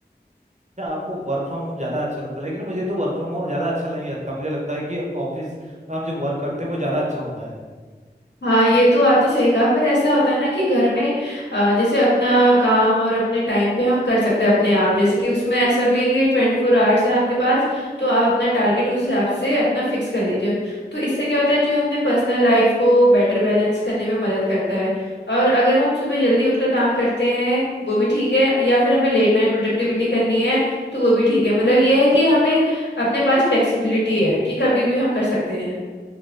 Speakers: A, on the right (about 40°); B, on the left (about 80°).
A: क्या आपको वर्क फ्रॉम होम ज़्यादा अच्छा लगता है लेकिन मुझे तो वर्क फ्रॉम होम ज़्यादा अच्छा नहीं लगता मुझे लगता है कि ऑफिस में हम जो वर्क करते हैं वो ज़्यादा अच्छा होता है
B: हाँ ये तो आपने सही कहा पर ऐसा होता है ना कि घर में अ, जैसे अपना काम और अपने टाइम पे हम कर सकते हैं अपने आप जैसे कि उसमें ऐसा भी है कि ट्वेंटी फोर आवर्स है आपके पास तो आप अपना टारगेट उस हिसाब से अपना फिक्स कर लीजिए तो इससे क्या होता है जो हमने पर्सनल लाइफ को बेटर बैलेंस करने में मदद करता है और अगर हम सुबह जल्दी उठकर काम करते हैं वो भी ठीक है या फिर हमें लेट नाइट प्रोडक्टिविटी करनी है तो वो भी ठीक है मतलब ये है कि हमें अपने पास फ्लेक्सिबिलिटी है कि कभी भी हम कर सकते हैं